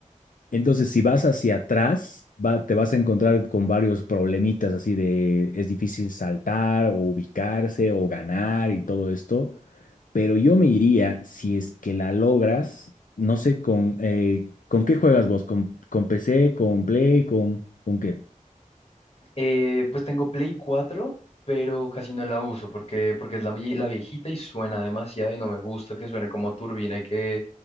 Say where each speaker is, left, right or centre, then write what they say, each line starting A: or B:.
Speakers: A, on the left; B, on the left.
A: Entonces, si vas hacia atrás, va- te vas a encontrar con varios problemitas así de es difícil saltar o ubicarse o ganar y todo esto pero yo me iría, si es que la logras, no sé con, eh, ¿con qué juegas vos? ¿Con, con PC, con Play, con, con qué?
B: Eh, pues tengo Play cuatro, pero casi no la uso porque, porque es la, vie- la viejita y suena demasiado y no me gusta que suene como turbina y que